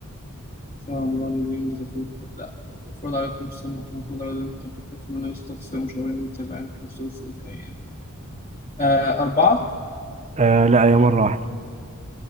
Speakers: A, on the left; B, on the right.
A: شهر رمضان الذي أنزل فيه القرآن لا المفروض عليكم الصيام كما فرض على الذين من قبلكم فمن يستطع فصيام شهرين متابعين في ثلث الأيام آه أربعة
B: آه لا هي مرة واحدة